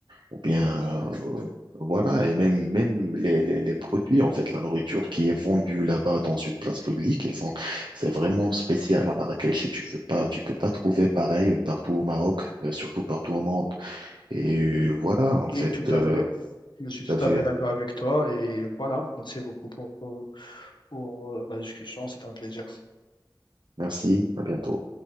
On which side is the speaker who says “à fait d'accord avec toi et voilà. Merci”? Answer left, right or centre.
Left